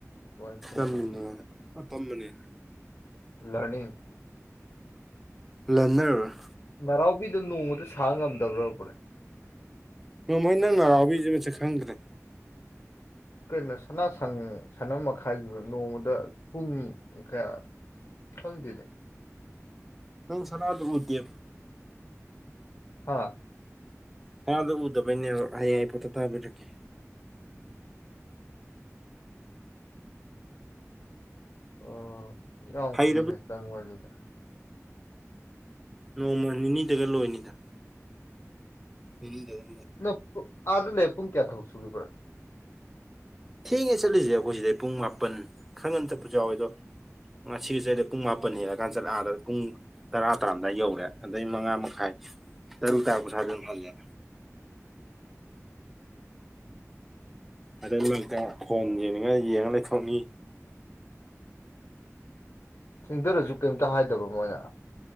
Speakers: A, on the left; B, in the centre.
A: ꯋꯥꯏ ꯈꯟꯇꯣꯛ
B: ꯇꯝꯃꯤꯅ‌ꯦꯅꯥ ꯑꯥꯇꯝꯕꯅ‌ꯦ
A: ꯍꯜꯂꯛꯑꯅꯤ
B: ꯂꯥ꯭ꯔꯟꯅ꯭ꯔ
A: ꯅꯅꯥꯎꯕꯤꯗ ꯅꯣꯡꯃꯗ ꯁꯥ ꯉꯝꯗꯕ꯭ꯔ ꯚꯥꯏ
B: ꯅꯣꯡꯃꯩ <inaudible> ꯅꯪ ꯅꯅꯥꯎꯕꯤꯁꯦ ꯃꯁꯛ ꯈꯪꯗ꯭ꯔꯦ
A: ꯀꯩꯅꯣ ꯁꯅꯥ ꯁꯟ ꯁꯟ ꯑꯃꯥ ꯃꯈꯥꯏ ꯅꯣꯡꯃꯗ ꯄꯨꯡ ꯀꯌꯥ ꯈꯪꯗ‌ꯦꯅ‌ꯦ
B: ꯅꯪ ꯁꯥꯅꯥ ꯗꯨꯕꯨ ꯎꯗ‌ꯦ
A: ꯍꯥ
B: ꯁꯥꯅꯥꯗ‌ꯣ ꯎꯗꯕꯩꯅꯦꯕ ꯍꯌꯦꯡ ꯑꯩ ꯐ‌ꯣꯇ‌ꯣ ꯊꯥꯕꯤꯔꯛꯀꯦ
A: ꯑꯣ ꯌꯥꯝ
B: ꯍꯩꯔꯕ
A: ꯀꯨꯏꯅꯥ ꯆꯪꯃꯜꯂꯤꯗ
B: ꯅꯣꯡꯃ ꯅꯤꯅꯤꯗꯒ ꯂꯣꯏꯅꯤꯗ ꯄꯤꯅꯤꯡꯗ‌ꯦꯍ‌ꯦ
A: ꯅꯪ ꯑꯥꯗ ꯂꯩꯔ ꯄꯨꯡ ꯀꯌꯥ ꯊꯕꯛ ꯁꯨꯒ‌ꯦꯕ
B: ꯊꯦꯡꯉꯦ ꯆꯠꯂꯤꯁꯦ ꯑꯩꯈꯣꯏ ꯁꯤꯗꯩ ꯄꯨꯡ ꯃꯥꯄꯟ ꯈꯔ ꯉꯟꯅ ꯆꯠꯄꯁꯨ ꯌꯥꯎꯋꯦ ꯑꯗꯣ ꯉꯥꯁꯤꯒꯤ ꯆꯠꯂꯤꯗ‌ꯣ ꯄꯨꯡ ꯃꯥꯄꯟ ꯍꯦꯜꯂꯀꯥꯟ ꯆꯠꯂ‌ꯦ ꯑꯗ ꯄꯨꯡ ꯇꯔꯥ ꯇꯔꯥꯝꯗꯥꯏ ꯌꯧꯔꯦ ꯑꯗꯩ ꯃꯉꯥ ꯃꯈꯥꯏ ꯇꯔꯨꯛ ꯇꯥꯔꯛꯄꯥ ꯁ꯭ꯋꯥꯏꯗ ꯁꯨꯝ ꯍꯜꯂ‌ꯦ
A: <inaudible>
B: ꯑꯗꯩ ꯃꯔꯛꯇꯥ ꯐꯣꯟ ꯌꯦꯅꯤꯡꯉꯥ ꯌꯦꯡ ꯂꯩꯊꯣꯛꯉꯤ
A: ꯊꯦꯡꯊꯔꯁꯨ ꯀꯩꯝꯇ ꯍꯥꯏꯗꯕ ꯃꯣꯏꯅ